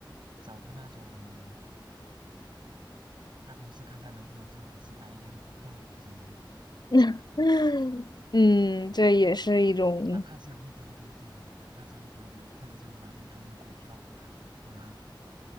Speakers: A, on the right; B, on the left.
A: 找个那种大公司看看能不能就只买一点股份什么的。
B: <laughs> 嗯，这也是一种。
A: 哪怕只有一丢丢，对吧？哪怕只有一丢丢，或者就买点他们的股票，嗯，